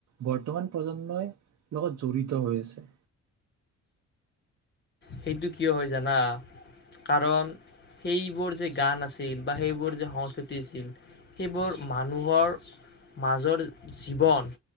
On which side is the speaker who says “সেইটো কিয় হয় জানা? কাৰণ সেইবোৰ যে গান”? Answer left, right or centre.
Left